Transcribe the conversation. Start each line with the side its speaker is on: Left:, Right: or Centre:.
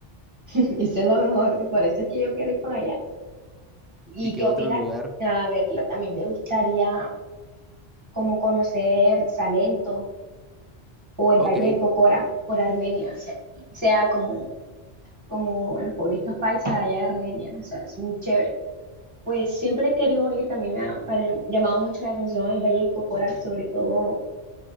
Right: <laughs> Eso es lo mejor, por eso es que yo quiero ir por allá. ¿Y
Centre: ¿Y qué
Right: qué opinas?
Centre: otro lugar?
Right: A ver, lo- también me gustaría como conocer Salento o el
Centre: Ok,
Right: Valle de Cocora por Armenia, o sea, sea como, como los pueblitos paisas allá de Armenia, o sea, es muy chévere. Pues siempre he querido ir, también me ha pare- llamado mucho la atención el Valle de Cocora, sobre todo,